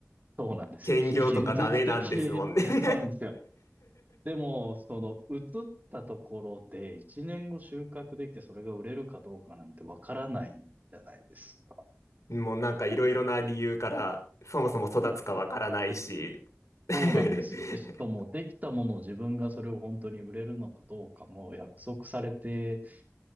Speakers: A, on the right; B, on the left.
A: そうなんですよ。
B: 兼業とかダメなんですもんね
A: 非現実的 <laughs> いや、
B: <laughs>
A: そうなんですよ。でも、その、移ったところで1年後収穫できてそれが売れるかどうかなんてわからないじゃないですか。
B: もうなんかいろいろな理由から、そもそも育つかわからないし <laughs>
A: そうなんですよ。で、しかもできたものを自分がそれを本当に売れるのかどうかも約束されて